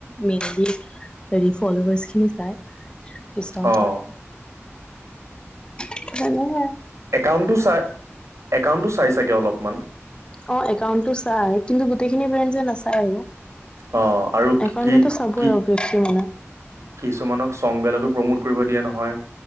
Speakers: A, on the left; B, on the right.
A: মেইনলি হেৰি ফ'ল'ৱাৰ্ছ খিনি চাই। পিছত
B: অ',
A: মানে
B: একাউণ্টটো, চাই একাউণ্টটো চাই চাগে অলপমান?
A: অ'! একাউণ্টটো চাই। কিন্তু, গোটেইখিনি ব্ৰেণ্ডজে নাচায় আৰু।
B: অ', আৰু
A: একাউন্টটো
B: কি
A: ত' চাবই
B: কি
A: অবিয়াছলী মানে।
B: কি- কিছুমানক চং বিলাকো প্ৰমোট কৰিব দিয়ে নহয়।